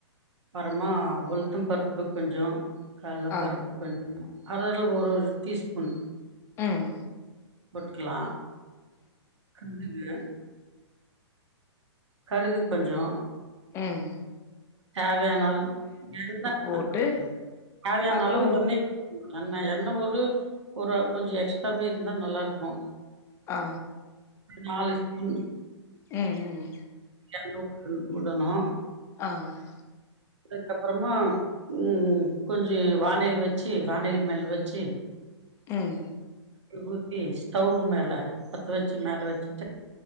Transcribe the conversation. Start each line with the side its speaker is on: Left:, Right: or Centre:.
Right: அப்பறமா உளுத்தம் பருப்பு கொஞ்சோ கள்ள பருப்
Left: ஆ
Right: அதுல ஒரு ஒரு டீஸ்பூன்
Left: உம்
Right: போட்டுக்கிலா கடுகு கடுகு கொஞ்சோ
Left: உம்
Right: தேவயானால் <unintelligible>
Left: போட்டு
Right: தேவயான
Left: அப்றோ
Right: அளவு எண்ணெய் எண்ணெ எண்ணெ உடு ஒரு கொஞ்ச எக்ஸ்ட்ராவே இருந்தா நல்லா இருக்கு
Left: ஆ
Right: நாளு உம்
Left: உம் உம்
Right: <unintelligible> வுடணு
Left: ஆஹ்
Right: அதுக்கப்றமா உம் கொஞ்சு வானைல வச்சு வானல மேல வச்சு
Left: உம்
Right: எண்ணெ ஊத்தி ஸ்டவ் மேல பத்த வச்சு மேல வச்சுட்டு